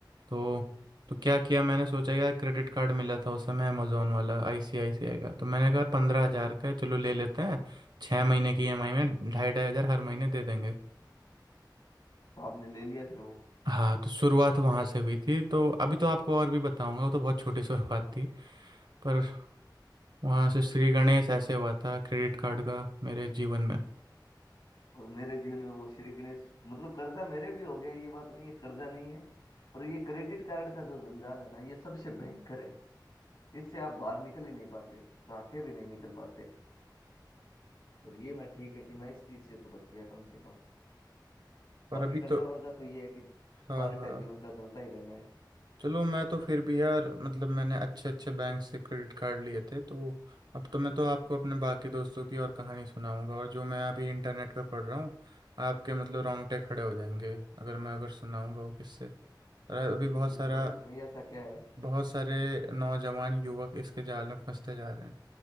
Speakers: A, on the right; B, on the left.
A: तो तो क्या किया मैंने सोचा यार क्रेडिट कार्ड मिला था उस समय अमेजोन वाला आईसीआईसीआई का तो मैंने कहा पंद्रह हजार का है चलो ले लेते हैं छः महीने की ईएमआई में ढाई ढाई हजार हर महीने दे देंगे
B: आपने ले लिया फिर वो
A: हाँ तो शुरुआत वहाँ से हुई थी तो अभी तो आपको और भी बताऊंगा वो तो बहुत छोटी शुरुआत थी पर वहाँ से श्री गणेश ऐसे हुआ था क्रेडिट कार्ड का मेरे जीवन में
B: और मेरे जीवन में वो श्री गणेश मतलब कर्जा मेरे भी हो गया ये बात नहीं है कर्जा नहीं है पर ये क्रेडिट कार्ड का जो जंजाल है ना ये सबसे भयंकर है इससे आप बाहर निकल ही नहीं पाते ताके भी नहीं निकल पाते और ये मैं ठीक है कि मैं इस चीज से तो बच गया कम से कम बाकी
A: और अभी
B: कर्जा
A: तो
B: वर्जा तो ये है कि
A: हाँ
B: पार्ट
A: हाँ
B: है जीवन का चलता ही रहना है
A: चलो मैं तो फिर भी यार मतलब मैंने अच्छे अच्छे बैंक से क्रेडिट कार्ड लिए थे तो अब तो मैं तो आपको अपने बाकी दोस्तों की और कहानी सुनाऊंगा और जो मैं अभी इंटरनेट पे पढ़ रहा हूँ आपके मतलब रोंगटे खड़े हो जाएंगे अगर मैं अगर सुनाऊंगा वो किससे और अभी
B: बिल्कुल
A: बहुत सारा
B: सुनाइए सुनाइए ऐसा क्या है
A: बहुत सारे नौजवान युवक इसके जाल में फंसते जा रहे हैं